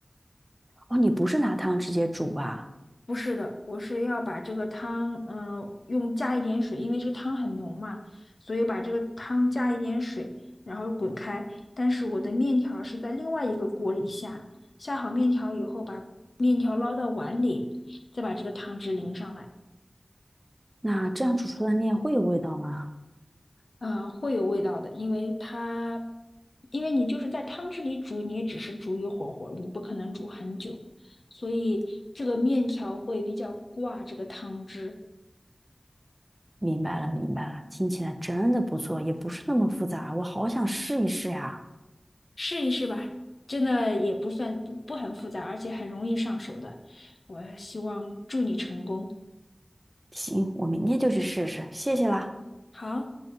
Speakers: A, on the right (about 25°); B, on the left (about 75°).
A: 哦，你不是拿汤直接煮吧？
B: 不是的，我是要把这个汤，嗯、用加一点水，因为这个汤很浓嘛，所以把这个汤加一点水，然后滚开。但是我的面条是在另外一个锅里下，下好面条以后，把面条捞到碗里，再把这个汤汁淋上来，
A: 那这样煮出来的面会有味道吗？
B: 呃，会有味道的，因为它，因为你就是在汤汁里煮，你也只是煮一会儿会儿，你不可能煮很久，所以这个面条会比较挂这个汤汁。
A: 明白了，明白了，听起来真的不错，也不是那么复杂，我好想试一试呀。
B: 试一试吧，真的也不算不不很复杂，而且很容易上手的。我希望祝你成功。
A: 行，我明天就去试试，谢谢啦。
B: 好。